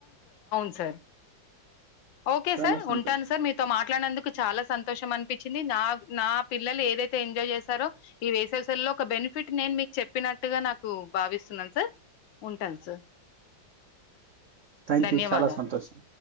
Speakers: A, on the left; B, on the right.
A: సర ఓకే
B: చాలా
A: సార్
B: సంతోషం
A: ఉంటాను సార్ మీతో మాట్లానందుకు చాలా సంతోషం అనిపించి వచ్చింది నా నా పిల్లలు ఏదైతే ఎంజాయ్ చేస్తారో ఈ వేస లో ఒక బెనిఫిట్ నేను మీకు చెప్పిన అట్టుగా నాకు భావిస్తున్నాను సార్ ఉంటాను సార్
B: థ్యాంక్
A: ధన్యవాదాలు.
B: యూ చాలా సంతోషం